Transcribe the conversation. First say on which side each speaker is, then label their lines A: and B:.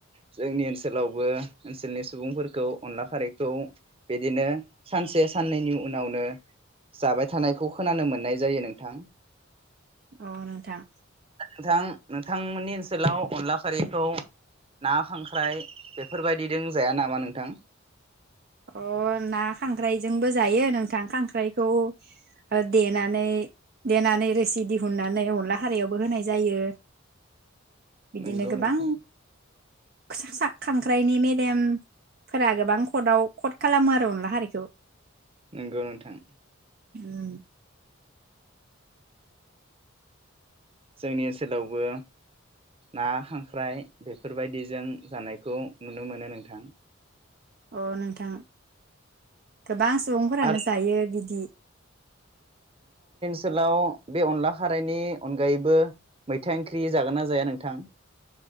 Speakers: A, on the right; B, on the right.
A: जोंनि ओनसोलावबो ओनसोलनि सुबुंफोरखौ अनला खारैखौ बिदिनो सानसे साननैनि उनावनो जाबाय थानायखौ खोनानो मोननाय जायो नोंथां।
B: अ नोंथां।
A: नोंथां। नोंथांमोननि ओनसोलाव अनला खारैखौ ना खांख्राइ बेफोरबायदिदों जाया नामा नोंथां।
B: अ ना खांख्राइजोंबो जायो नोंथां खांख्राइखौ देनानै देनानै रोसि दिहुननानै अनला हारैयावबो होनाय जायो। बिदिनो
A: नंगौ
B: गोबां
A: नोंथां
B: <unintelligible> सा खांख्राइनि मेलेमफोरा गोबां कर्टआव खथ खालामो आरो अनला हारैखौ‌
A: नंगौ नोंथां।
B: उम।
A: जोंनि ओनसोलावबो ना खांख्राइ बेफोरबायदिजों जानायखौ नुनो मोनो नोंथां।
B: अ नोंथां। गोबां सुबुंफोरानो
A: आरो
B: जायो बिदि
A: सोलाव बे अनला खारैनि अनगायैबो मैथा ओंख्रि जागोन ना जाया नोंथां?